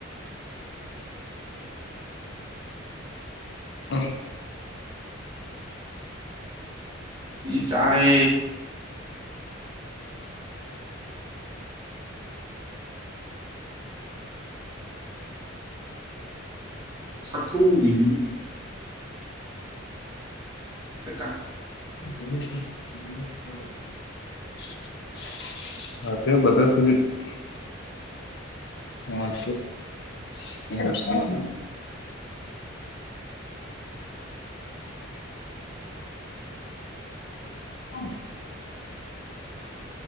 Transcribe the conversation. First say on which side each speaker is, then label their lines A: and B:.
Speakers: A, on the left; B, on the right.
A: ꯑ
B: ꯃꯤ ꯆꯥꯔꯦ ꯁꯛꯊꯨꯒꯤ ꯃꯤꯅꯤ <unintelligible>
A: <unintelligible> <unintelligible> <inaudible> ꯍ